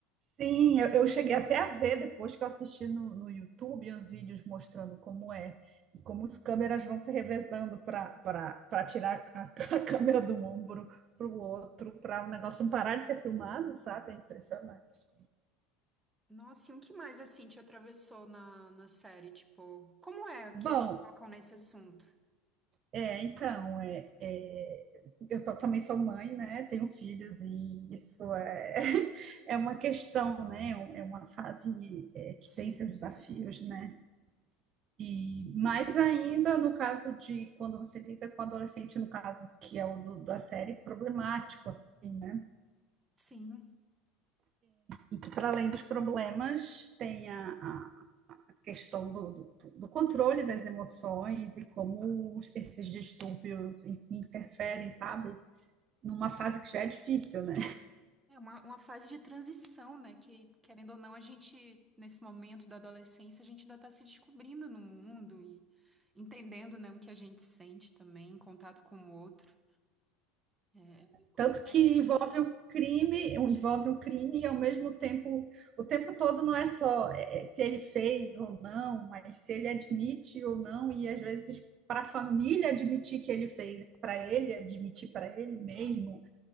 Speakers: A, on the right (about 45°); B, on the right (about 15°).
A: Sim, eu, eu cheguei até a ver depois que eu assisti no, no YouTube uns vídeos mostrando como é e como as câmeras vão se revezando para para tirar a, <laughs> a câmera de um ombro para o outro, para o negócio não parar de ser filmado, sabe? É impressionante.
B: Nossa, e o que mais, assim, te atravessou na, na série? Tipo, como é que
A: Bom,
B: eles tocam nesse assunto?
A: é, então, é, é, eu tô- também sou mãe, né? Tenho filhos e isso é, <laughs> é uma questão, né? É uma fase, é, que
B: Sim,
A: tem seus desafios, né? E mais ainda no caso de quando você lida com adolescente, no caso que é o do- da série, problemático, assim, né?
B: sim.
A: E que para além dos problemas tem a, a questão do, do, do controle das emoções e como os- esses distúrbios interferem, sabe? Numa fase que já é difícil, né?
B: É uma, uma fase de transição, né? Que, querendo ou não, a gente, nesse momento da adolescência, a gente ainda está se descobrindo no mundo e entendendo, né, o que a gente sente também, em contato com o outro. É é bem complexo.
A: Tanto que envolve um crime, um, envolve um crime e ao mesmo tempo, o tempo todo não é só eh, se ele fez ou não, mas se ele admite ou não, e às vezes para a família admitir que ele fez, para ele admitir para ele mesmo,